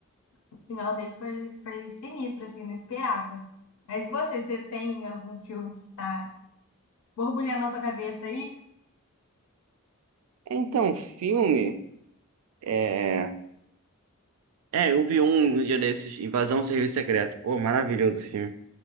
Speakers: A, on the left; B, on the right.
A: o final dele foi, foi sinistro, assim, não esperava. Mas você, você tem algum filme que está borbulhando na sua cabeça aí?
B: É, Então, filme, é... É, eu vi um no dia desses, Invasão Serviço Secreto. Pô, maravilhoso o filme.